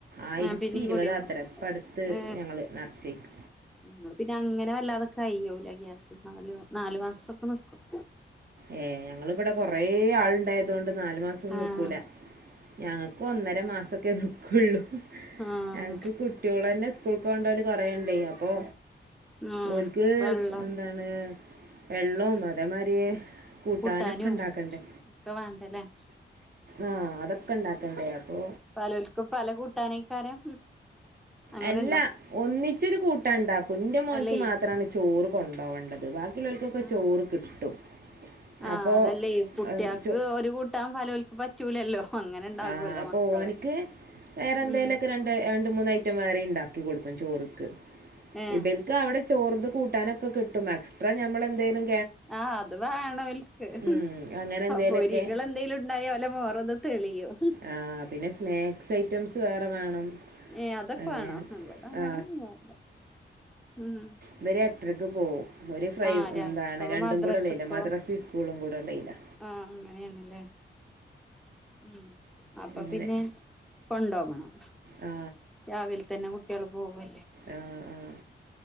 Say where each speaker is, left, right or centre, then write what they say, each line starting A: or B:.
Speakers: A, on the right (about 50°); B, in the centre.
A: ആയിരത്തി
B: ആ പിന്നിം
A: ഇരുപതാത്രെ
B: കൂടിയാണ്
A: ഇപ്പടുത്ത്
B: ഏ
A: ഞങ്ങള് നർച്ചീക്ക്
B: ഞങ്ങള് പിന്നെ അങ്ങനെ വല്ലാതെ കയ്യൂല ഗ്യാസ്. നാലു നാലു മാസൊക്കെ നി ക്കും
A: ഏ ഞങ്ങളിവിടെ കൊറെ ആൾണ്ടായതുകൊണ്ട് നാല് മാസം ഒന്നും
B: ആഹ്
A: ന്ക്കൂല. ഞങ്ങൾക്ക് ഒന്നര മാസൊക്കെ നിക്കുള്ളൂ.
B: ആഹ്
A: ഞങ്ങക്ക് കുട്ട്യോളന്നെ സ് കൂൾ പോണ്ടോല് കൊറേ ഇണ്ടേ അപ്പൊ
B: ആഹ്
A: ഓൽക്ക്
B: വെള്ളം
A: എന്താണ് വെള്ളോം അതേമാരി കൂട്ടാനൊക്കെ
B: കൂട്ടാനും
A: ഇണ്ടാക്കണ്ടേ
B: ഒക്കെ വേണ്ടല്ലേ
A: ആ അതൊക്കെ ഇണ്ടാക്കണ്ടേ അപ്പൊ
B: പലോൽക്കും പല കൂട്ടാനേക്കാരം അങ്ങനെണ്ടോ
A: എല്ലാ ഒന്നിച്ചൊരു കൂട്ട ഉണ്ടാക്കും ഇന്റെമോൻക്ക്
B: അല്ലേ
A: മാത്രമാണ് ചോറ് കൊണ്ടോവണ്ടത് ബാക് ബാക്കീള്ളോൽക്കൊക്കെ
B: ആഹ്
A: ചോറ് കിട്ടും
B: ആഹ്
A: അപ്പോൾ
B: അതല്ലേ ഈ കുട്ടിയാക്ക്
A: ചോ
B: ഒരു കൂട്ടാൻ ഫലോൽക്ക് പറ്റ് റ്റൂലല്ലോ അങ്ങനെ ഇണ്ടാകുമല്ലോ
A: ആ അപ്പോൾ
B: മക്കള്
A: ഓനിക്ക് എന്തെങ്കിലുമൊക്കെ
B: ഉം
A: രണ്ട് വേറെ രണ്ട് മൂന്ന് ഐറ്റം വേറെ ഇണ്ടാക്കി കൊടുക്കും ചോറ്ക്ക്.
B: ഏഹ്
A: ഇബൽ ക്കാ അവിടെ ചോർന്ന് കൂട്ടാനൊക്കെ കിട്ടും എക്സ്ട്രാ ഞമ്മള് എന്തേലും
B: ആഹ് അത് വേണോൽക്ക്
A: ഉം, അങ്ങനെ
B: പൊ
A: എന്തെങ്കിലുമൊക്കെ
B: പൊരികള് എന്തേലും ഉണ്ടായാ ഓലെ മോറൊന്ന് തെളിയും
A: ആഹ് പിന്നെ സ്നാക്സ് ഐറ്റംസ് വേറെ വേണം
B: ഏയ് അതൊക്കൊവേണോ
A: അങ്ങനെ
B: അവിടെ അങ്ങനെ
A: ആ
B: ഒന്നും വേണ്ട ഉം
A: ഇവര് എട്ടരയ്ക്ക് പോവും. ഒരു ഫ്രൈ
B: ആഹ് രാവിലെ
A: എന്താണ്
B: അപ്പൊ
A: രണ്ടും
B: മദ്രസക്കോ
A: കൂടെ ഉള്ളല്ലെ മദ്രസെ സ്‌ സ്കൂളും കൂടെ ഇള്ളയിലാ
B: ആഹ് അങ്ങനെയാണ് ലേ ഉം അപ്പൊ
A: അങ്ങനെ
B: പിന്നെ കൊണ്ടോവണം
A: ആ
B: രാവിൽതന്നെ കു ട്ട്യേള് പോവല്ലേ
A: ആഹ് ആഹ്